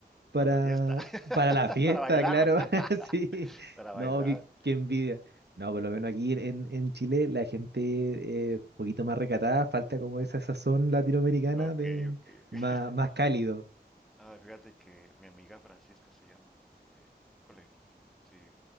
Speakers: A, on the right; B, in the centre.
A: para,
B: Para la fiesta, <laughs>
A: para la fiesta,
B: para bailar,
A: claro.
B: <laughs>
A: <laughs> Sí,
B: para bailar.
A: no, qué, qué envidia. No, por lo menos aquí en, en Chile la gente es un poquito más recatada, falta como esa sazón latinoamericana
B: Ok,
A: de
B: ok, ok.
A: más,
B: <laughs>
A: más cálido.
B: Ah, fíjate que mi amiga Francisca se llama. Eh, híjole, si,